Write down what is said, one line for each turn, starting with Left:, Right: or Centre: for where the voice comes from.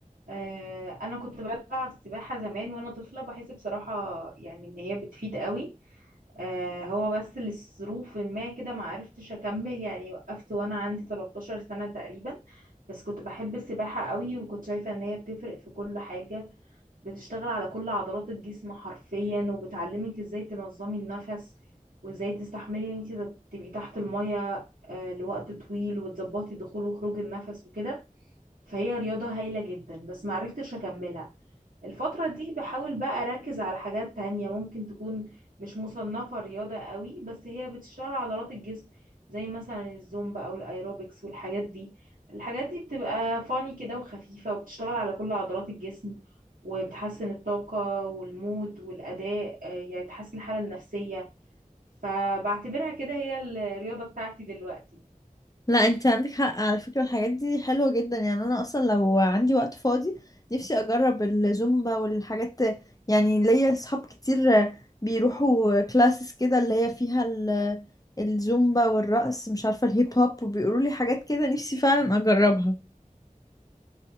Right: آه انا كنت بلعب سباحة زمان وانا طفلة بحس بصراحة يعني ان هي بتفيد قوي آه هو بس لظروف ما كده ما عرفتش اكمل يعني وقفت وانا عندي 13 سنة تقريبا بس كنت بحب السباحة قوي وكنت شايفة ان هي بتفرق في كل حاجة بتشتغل على كل عضلات الجسم حرفيا وبتعلمك ازاي تنظمي النفس وازاي تستحملي ان انت تبقي تحت المية آه لوقت طويل وتظبطي دخول وخروج النفس وكده فهي رياضة هايلة جدا بس ما عرفتش اكملها الفترة دي بحاول بقى أركز على حاجات تانية ممكن تكون مش مصنفة رياضة قوي بس هي بتشتغل عضلات الجسم زي مثلا الزومبا أو الأيروبكس والحاجات دي الحاجات دي بتبقى فاني كده وخفيفة وبتشتغل على كل عضلات الجسم وبتحسن الطاقة والمود والأداء آه، يعني بتحسن الحالة النفسية فبعتبرها كده هي الرياضة بتاعتي دلوقتي
Left: لا انت عندك حق على فكرة الحاجات دي حلوة جدا يعني انا اصلا لو عندي وقت فاضي نفسي اجرب الزومبا والحاجات يعني ليا اصحاب كتير بيروحوا كلاسز كده اللي هي فيها ال- الزومبا والرقص مش عارفة الهيب هوب وبيقولوا لي حاجات كده نفسي فعلا اجربها